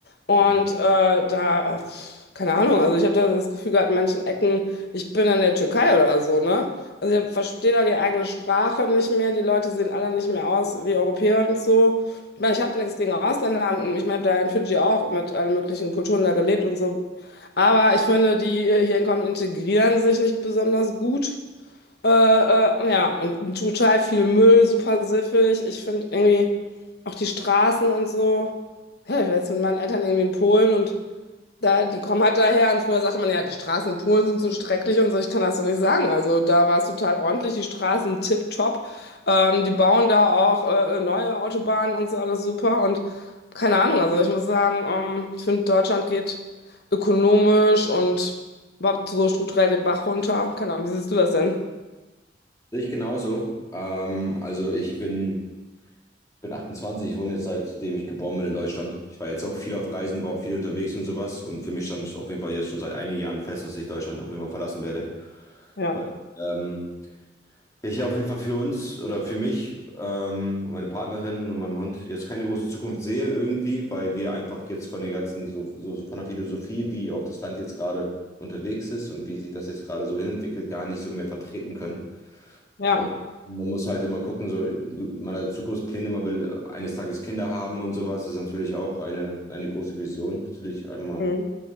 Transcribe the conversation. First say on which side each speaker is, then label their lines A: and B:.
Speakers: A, on the left; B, on the left.
A: Und
B: Mhm.
A: äh, da, äh, keine Ahnung, also ich habe da das Gefühl gehabt, in manchen Ecken, ich bin in der Türkei oder so, ne? Also ich verstehe da die eigene Sprache nicht mehr, die Leute sehen alle nicht mehr aus wie Europäer und so. Ich meine, ich habe nichts gegen Ausländer. Ich meine, ich habe da in Fidschi auch mit allen möglichen Kulturen da gelebt und so. Aber ich finde, die äh, hier hinkommen, integrieren sich nicht besonders gut. Äh, äh, ja, und total viel Müll, super siffig. Ich finde irgendwie auch die Straßen und so. Ja, ich war jetzt mit meinen Eltern irgendwie in Polen und da, die kommen halt daher und früher sagte man ja, die Straßen in Polen sind so schrecklich und so, ich kann das so nicht sagen. Also da war es total ordentlich, die Straßen tipptopp. Ähm, die bauen da auch äh, neue Autobahnen und so, alles super und keine Ahnung. Also ich muss sagen, ähm, ich finde, Deutschland geht ökonomisch und überhaupt so strukturell den Bach runter. Keine Ahnung, wie siehst du das denn?
B: Sehe ich genauso. Ähm, also ich bin. bin 28. ich wohne jetzt seitdem ich geboren bin in Deutschland. Ich war jetzt auch viel auf Reisen, war auch viel unterwegs und sowas. Und für mich stand auf jeden Fall jetzt schon seit einigen Jahren fest, dass ich Deutschland auf jeden Fall verlassen werde.
A: Ja,
B: Weil, ähm, ich hier auf jeden Fall für uns oder für mich, ähm, und meine Partnerin und meinem Hund jetzt keine große Zukunft sehe irgendwie, weil wir einfach jetzt von der ganzen, so, so, so von der Philosophie, wie auch das Land jetzt gerade unterwegs ist und wie sich das jetzt gerade so hinentwickelt, gar nicht so mehr vertreten können.
A: ja.
B: Und man muss halt immer gucken, so, man hat Zukunftspläne, man will eines Tages Kinder haben und sowas. Das ist natürlich auch eine, eine große Vision, natürlich einmal
A: Mhm.